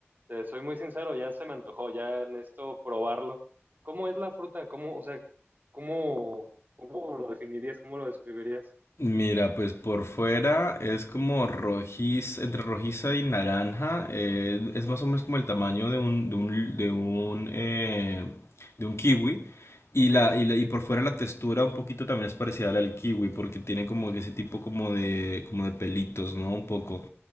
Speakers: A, on the right (about 40°); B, on the left (about 75°).
A: te soy muy sincero, ya se me antojó, ya necesito probarlo. ¿Cómo es la fruta? ¿Cómo, o sea, cómo, cómo lo definirías? ¿Cómo lo describirías?
B: Mira, pues por fuera es como rojiz, entre rojiza y naranja, eh, es
A: Ah,
B: más o menos como el tamaño de un, de un, de un, eh, de un kiwi. Y,
A: Ok,
B: la, y, la- y por fuera la textura un poquito también es parecida a la del kiwi, porque tiene como ese tipo como de, como de pelitos, ¿no? Un poco.